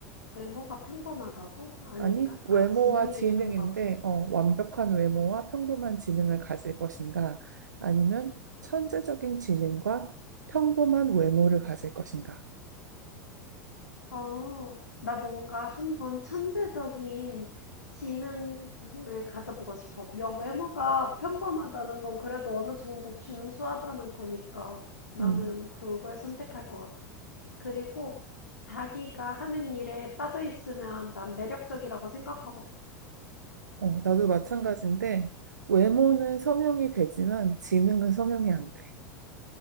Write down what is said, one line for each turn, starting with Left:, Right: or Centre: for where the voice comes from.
Left: 외모가 평범하다고? 아닌가?
Right: 아니, 외모와
Left: 아, 지능이
Right: 지능인데,
Left: 평범.
Right: 어, 완벽한 외모와 평범한 지능을 가질 것인가? 아니면 천재적인 지능과 평범한 외모를 가질 것인가?
Left: 어, 나 뭔가 한번 천재적인 지능을 가져보고 싶어. 며- 외모가 평범하다는 건 그래도 어느 정도 준수하다는 거니까 나는
Right: 음,
Left: 그걸 선택할 것 같아. 그리고 자기가 하는 일에 빠져 있으면 난 매력적이라고 생각하거든.
Right: 어, 나도 마찬가지인데, 외모는 성형이 되지만 지능은 성형이 안 돼.